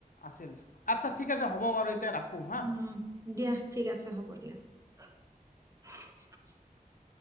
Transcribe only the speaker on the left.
আছিল আচ্ছা ঠিক আছে হ'ব বাৰু এতিয়া ৰাখোঁ হা